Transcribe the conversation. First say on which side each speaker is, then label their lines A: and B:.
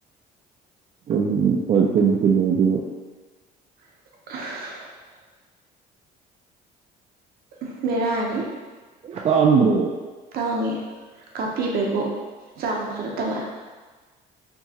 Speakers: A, on the right (about 40°); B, on the right (about 65°).
A: ꯀꯩꯟ ꯍꫭꯏ ꯀꯨꯟ ꯀꯨꯟ ꯑꫭꯏꯗꫭꯏꯕ
B: <inaudible> ꯎ ꯕꯦꯔꯥꯅꯤ
A: ꯇꯥꯡꯗ꯭ꯔꫭ
B: ꯇꯥꯡꯉꯤ ꯀꯥꯞꯄꯤꯕꯩꯕꯨ ꯆꯥꯝꯕꯁꯨ ꯅꯠꯇꯕ